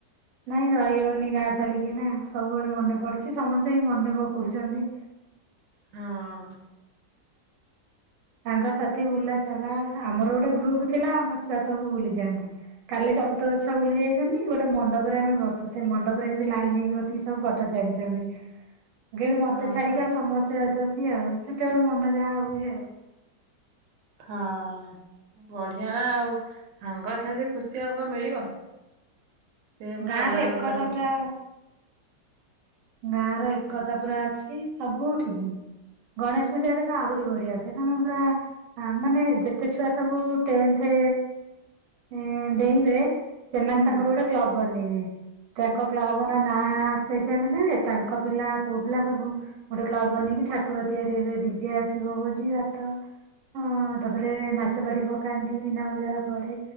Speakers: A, on the right; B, on the right.
A: ନାଇଁ ରହିହଉନି ଗାଁ ଛାଡ଼ିକିନା ସବୁବେଳେ ମନେ ପଡ଼ୁଛି ସମସ୍ତେ ହି ମନେ ପକୋଉଛନ୍ତି।
B: ହଁ।
A: ସାଙ୍ଗ ସାଥି ବୁଲାଚଲା ଆମର ଗୋଟେ ଗ୍ରୁପ ଥିଲା ଆମ ଛୁଆ ସବୁ ବୁଲି ଯାଆନ୍ତି। କାଲି ସବୁ ତ ଛୁଆ ବୁଲି ଯାଇଛନ୍ତି ଗୋଟେ ମଣ୍ଡପରେ ଆମେ ବସୁ ସେ ମଣ୍ଡପରେ ଏମିତି ଲାଇନ ହେଇକି ବସ ସବୁ ଫଟୋ ଛାଡିଛନ୍ତି କିନ୍ତୁ ମତେ
B: ହଁ
A: ଛାଡିକି
B: ହଁ
A: ଆଉ ସମସ୍ତେ ଅଛନ୍ତି ଆଉ। ସେତେବେଳେ ମନ ଯାହା ହୁଏ ଆଉ।
B: ହଁ ବଢିଆ ନା ଆଉ ସାଙ୍ଗ ଠାରୁ ଖୁସି ଆଉ କଣ ମିଳିବ? ସେ ପୁରା
A: ଗାଁ
B: ଅଲଗା
A: ର ଏକତା
B: ପ୍ରକାର ଖୁସି।
A: ପୁରା ଗାଁ ର ଏକତା
B: ହୁଁ
A: ପୁରା ଅଛି ସବୁ ଠିକ୍। ଗଣେଶ ପୂଜାରେ ତ ଆହୁରି ବଢିଆ ହୋଉଛି ସେ ତାଙ୍କେ ପୁରା ଆ ମାନେ ଯେତେ ଛୁଆ ସବୁ ଟେନ୍ଥେ ଏଁନ ଡେଇଁବେ ସେମାନେ
B: ହୁଁ
A: ତାଙ୍କର ଗୋଟେ କ୍ଲବ ବନେଇବେ ତାଙ୍କ କ୍ଲବର ନାଁ ସେଇ ସେନ୍ ହିଁ ତାଙ୍କ ପିଲା ପୁଅ ପିଲା ସବୁ ଗୋଟେ କ୍ଲବ ବନେଇକି ଠାକୁର ତିଆରି ଏବେ ଡିଜେ ଆସିବ ଭୋଜି ଭାତ ହଁ ତାପରେ ନାଚପାଟି ପକାନ୍ତି ମିନା ବଜାର ପଡ଼େ।